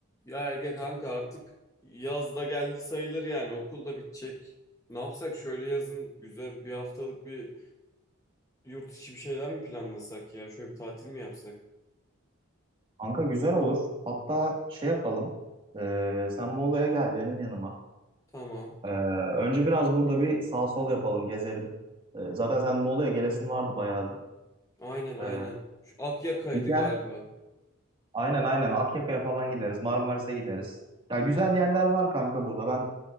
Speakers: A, on the left; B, on the right.
A: Ya Ege kanka artık yaz da geldi sayılır yani okul da bitecek. Ne yapsak şöyle yazın güzel bir haftalık bir yurt içi bir şeyler mi planlasak ya? Şöyle bir tatil mi yapsak?
B: Kanka güzel olur. Hatta şey yapalım. Ee, sen Muğla'ya gel benim yanıma.
A: Tamam.
B: Ee, önce biraz burada bir sağ sol yapalım, gezelim. Ee, zaten sen Muğla'ya gelesin vardı bayağıdır.
A: Aynen aynen.
B: Ee,
A: Şu Akyaka'ydı
B: bir gel.
A: galiba.
B: Aynen aynen Akyaka'ya falan gideriz. Marmaris'e gideriz. Ya güzel yerler var kanka burada. Ben